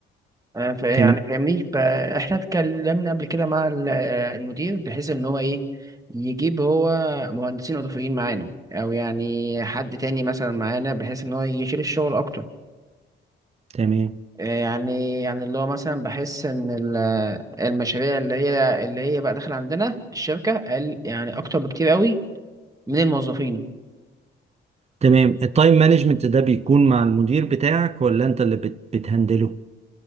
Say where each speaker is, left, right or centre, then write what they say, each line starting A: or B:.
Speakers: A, on the right; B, on the right.
A: آه، فا-
B: تمام
A: يعني فاهمني فاحنا اتكلمنا قبل كده مع ال- آه، المدير بحيث ان هو ايه يجيب هو مهندسين اضافيين معانا او يعني حد تاني مثلا معانا بحيث ان هو يشيل الشغل اكتر
B: تمام
A: آه، يعني يعني اللي هو مثلا بحس ان ال- آه، المشاريع اللي هي اللي هي بقى داخله عندنا الشركه قل يعني اكتر بكتير قوي من الموظفين
B: تمام التايم مانجمنت ده بيكون مع المدير بتاعك ولا انت اللي بت بتهندله